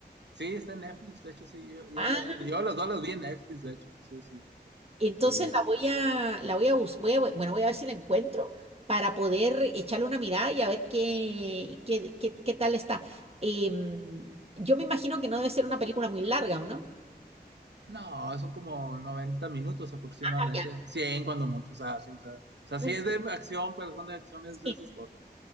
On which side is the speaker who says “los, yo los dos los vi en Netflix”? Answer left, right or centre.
Right